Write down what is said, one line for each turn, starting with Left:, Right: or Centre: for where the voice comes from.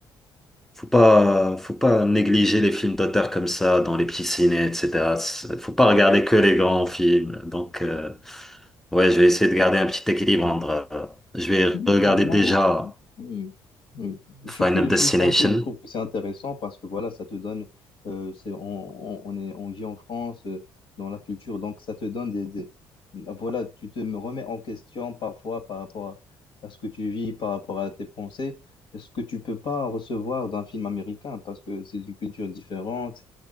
Centre: faut pas, faut pas négliger les films d'auteur comme ça dans les petits ciné, etc. C'est- Faut pas regarder que les grands films. Donc euh, ouais, je vais essayer de garder un petit équilibre entre, euh, je vais
Left: Oui,
Centre: regarder
Left: franchement,
Centre: déjà
Left: euh, oui, oui. Surtout
Centre: Final
Left: les films
Centre: Destination.
Left: français, je trouve que c'est intéressant parce que voilà, ça te donne, euh, c'est, on, on- on est, on vit en France, euh, dans la culture, donc ça te donne des, des- voilà, tu te remets en question parfois par rapport à, à ce que tu vis, par rapport à tes pensées, ce que tu peux pas recevoir d'un film américain parce que c'est une culture différente,